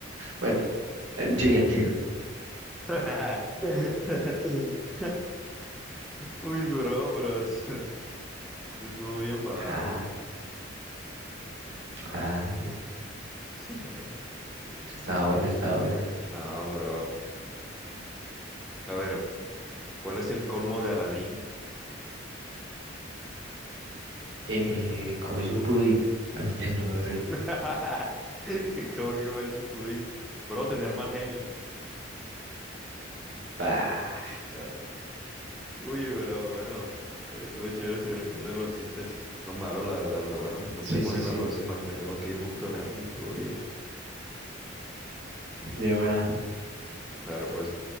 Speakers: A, on the right; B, in the centre.
A: bueno, eh, siguiente. <laughs>
B: <laughs> Uy, bro, bro, es- <laughs> estuvo bien barro.
A: Ajá, ajá.
B: <laughs>
A: Estaba buena, estaba buena.
B: No, bro. A ver, ¿cuál es el colmo de Aladín?
A: Eh, comes un pudín. <laughs> No, no sé.
B: <laughs> ¿Cómo que comer su pudín? Bro, tener mal genio.
A: Ah,
B: <laughs> Uy, bro, bueno, eh, estuvo chévere, estuvieron chéveres los chistes, los malos, la verdad, pero bueno, nos
A: sí,
B: vemos
A: sí,
B: en
A: sí.
B: la próxima. Me tengo que ir justo, Alejandro, todo bien.
A: De una.
B: Dale, pues.